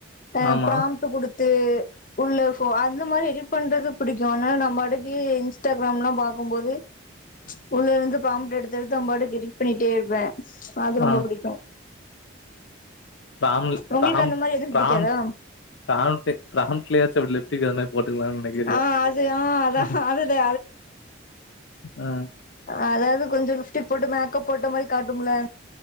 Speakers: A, on the left (about 40°); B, on the left (about 65°).
A: அ
B: ஆமா
A: பிராம்ட்டு குடுத்து உள்ள ஃபொ அந்த மாரி எடிட் பண்றது புடிக்கு ஆனா நம்பாடுக்கு இன்ஸ்டாகிராம்லா பாக்கும்போது உள்ள இருந்து பிராம்புட்டு எடுத்து எடுத்து ஒம்பாட்டுகு எடிட் பண்ணிட்டே இருப்ப அது ரொம்ப
B: ஆ
A: பிடிக்கு
B: பிராம்லு
A: உங்களுக்கு
B: பிராம்
A: அந்த மாரி எதுவு
B: பிரான்
A: பிடிக்காதா
B: பிராம்டு பிராம்டுல யாச்சு லிப் ட்டிக் அதுமேரி போட்டுக்கிலான் நெனக்கிரியா
A: ஆ அது ஆ அதா
B: அது
A: அதுதா
B: ஆ
A: அதாது கொஞ்ச லிஃப்டிக் போட்டு மேக்கப் போட்ட மாரி காட்டும்ல